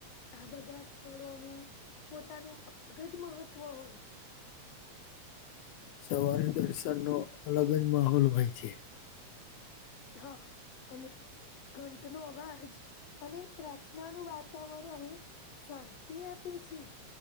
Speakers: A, on the left; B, on the left.
A: આ બધા સ્થળોનું પોતાનું અગજ મહત્વ હોય છે
B: સવારે દર્શનનો, અલગ જ માહોલ હોય છે.
A: હા, અને ઘંટ નો અવાજ અને પ્રાર્થના નું વાતાવરણ શાંતિ આપે છે.